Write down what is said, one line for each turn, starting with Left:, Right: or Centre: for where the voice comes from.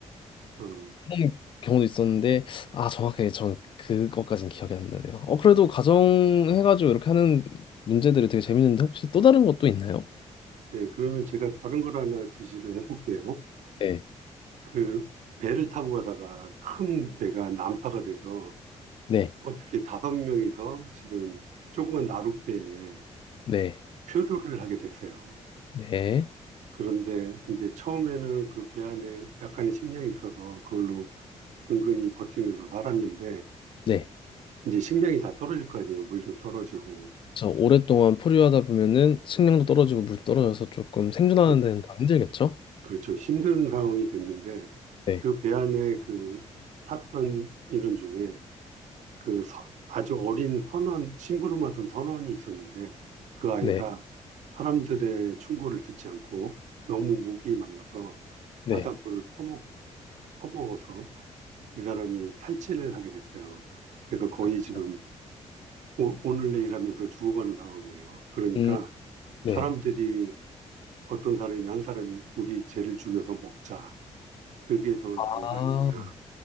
Right: 어,
Left: 그런 경우도 있었는데 아 정확하게 전 그것까진 기억이 안 나네요. 어 그래도 가정 해가지고 이렇게 하는 문제들이 되게 재밌는데 혹시 또 다른 것도 있나요?
Right: 네, 그러면 제가 다른 걸 하나 지시를 해볼게요.
Left: 네,
Right: 그 배를 타고 가다가 큰 배가 난파가 돼서
Left: 네,
Right: 어떻게 다섯 명이서 지금 조그만 나룻배에
Left: 네,
Right: 표류를 하게 됐어요.
Left: 네,
Right: 그런데 이제 처음에는 그 배 안에 약간의 식량이 있어서 그걸로 근근히 버티면서 살았는데
Left: 네.
Right: 이제 식량이 다 떨어질 거 아니에요. 물도 떨어지고.
Left: 저 오랫동안 포류하다 보면은 식량도 떨어지고 물도 떨어져서 조금 생존하는
Right: 예,
Left: 데는 더 힘들겠죠?
Right: 그렇죠. 힘든 상황이 됐는데
Left: 네,
Right: 그 배 안에 그 탔던 인원 중에 그 서- 아주 어린 선원, 심부름 맡은 선원이 있었는데 그 아이가
Left: 네,
Right: 사람들의 충고를 듣지 않고 너무 목이 말라서
Left: 네.
Right: 바닷물을 퍼먹, 퍼먹어서 이 사람이 탈진을 하게 됐어요. 그래서 거의
Left: 그렇죠.
Right: 지금 오, 오늘 내일 하면서 죽어가는 상황이에요. 그러니까
Left: 음, 네.
Right: 사람들이 어떤 사람이 한 사람이 우리 죄를 죽여서 먹자. 그게 더
Left: 아,
Right: 나은 거 아니냐라는